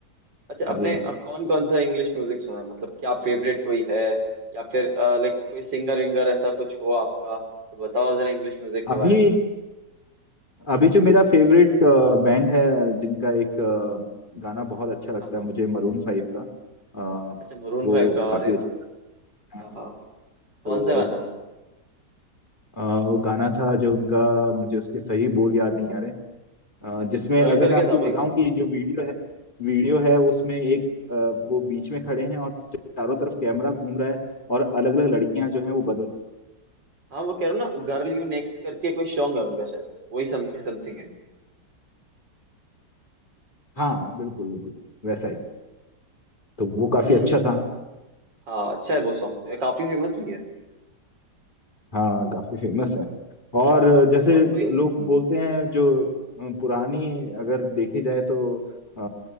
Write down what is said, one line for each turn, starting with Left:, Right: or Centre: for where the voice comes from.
Right: अच्छा
Left: जी।
Right: आपने कौन कौन सा इंग्लिश म्यूजिक सुना है मतलब क्या फेवरेट कोई है या फिर लाइक कोई सिंगर विंगर ऐसा कुछ हो आपका तो बताओ जरा इंग्लिश म्यूजिक के
Left: अभी
Right: बारे में
Left: अभी जो मेरा फेवरेट बैंड है जिनका एक अ, गाना बहुत अच्छा लगता
Right: हाँ हाँ
Left: है मुझे मरून फाइव का अ,
Right: अच्छा मरून
Left: वो
Right: फाइव का
Left: काफी
Right: अरे वाह
Left: अच्छा लगता है
Right: हाँ हाँ कौन
Left: तो
Right: सा गाना
Left: अ, वो गाना था जो उनका मुझे उसके सही बोल याद नहीं आ रहे अ, जिसमें
Right: गर्ल
Left: अगर
Right: करके
Left: मैं आपको
Right: था भाई
Left: बताऊं कि जो वीडियो है वीडियो है उसमें एक अ, वो बीच में खड़े हैं और चारों तरफ कैमरा घूम रहा है और अलग अलग लड़कियां जो हैं वो बदल
Right: हाँ वो कह रहा हूँ ना गर्ल यू नेक्स्ट करके कोई सॉन्ग है उनका शायद वही समथिंग समथिंग है
Left: हाँ बिल्कुल बिल्कुल वैसा ही तो वो काफी
Right: हम्म
Left: अच्छा था
Right: हाँ अच्छा है वो सॉन्ग तो ये काफी फेमस भी है
Left: हाँ काफी फेमस है और जैसे
Right: और कोई
Left: लोग बोलते हैं जो पुरानी अगर देखी जाए तो अ,